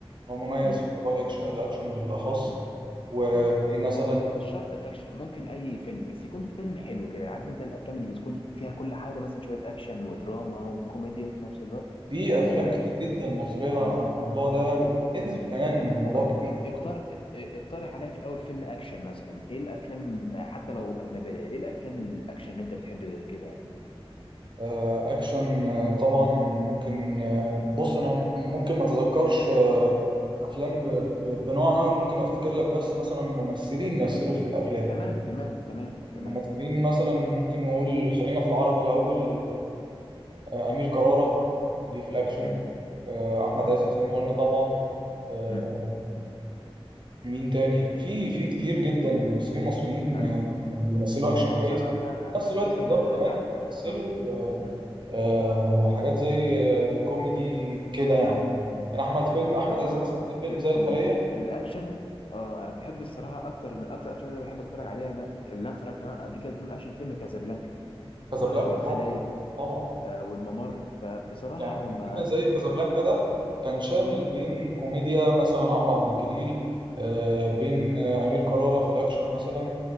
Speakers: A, on the right; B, on the left.
A: هو مميز
B: مم،
A: في موضوع الأكش- الأكشن بالأخص
B: مم.
A: وفي
B: اه
A: مثلا
B: هو م- مش شرط اكشن ممكن اي فيلم بس يكون فيلم حلو كده عارف انت الافلام اللي بتكون فيها كل حاجه مثلا شويه اكشن ودراما وكوميديا في نفس الوقت
A: في أفلام
B: ف
A: كتير جدا مصرية
B: مم.
A: عن الموضوع ده
B: ف- ات-
A: وبتنزل كمان من الموضوع
B: ممكن
A: كتير
B: اقترح اقترح عليا في الاول فيلم اكشن مثلا ايه الافلام حتى لو اجنبيه ايه الافلام الاكشن اللي انت بتحب كده يعني
A: آه، اكشن آه، طبعا ممكن آه، بص انا ممكن ما اتذكرش آه، افلام ب- ب- بنوعها ممكن افتكر لك بس مثلا ممثلين مثلوا في الافلام
B: تمام تمام تمام
A: ممثلين
B: تمام
A: مثلا ممكن نقول
B: مم.
A: خلينا في العربي الاول آه، امير كرارة ليه في الاكشن
B: مم.
A: آه، احمد
B: اه
A: عز زي ما قلنا طبعا آه،
B: مم. مم.
A: مين تاني في في كتير جدا ممثلين مصريين
B: ايوه
A: آه، بيمثلوا اكشن
B: هو
A: كويس
B: بصراحه فعلا
A: في نفس
B: افتكر
A: الوقت يقدروا كمان
B: اه, آه.
A: يمثلوا آه،
B: مم.
A: آه حاجات زي آه كوميدي كده يعني
B: مم.
A: يعني احمد فيلم احمد
B: انا بصراحه
A: عز مثلا في
B: في
A: فيلم زي
B: في
A: الخليه
B: ال... في الاكشن اه انا بحب الصراحه اكتر من اكتر الافلام اللي أنا بحب اتفرج عليها ما- اللي انا اتفرجت عليها قبل كده فيلم اكشن فيلم كازابلانكا
A: كازابلانكا
B: و- والخليه
A: طبعا طبعا
B: آه، والممر فبصراحه
A: يعني
B: هم
A: فيلم زي كازابلانكا ده كان شامل بين كوميديا مثلا عمرو عبد الجليل آه بين آه امير كرارة في الاكشن مثلا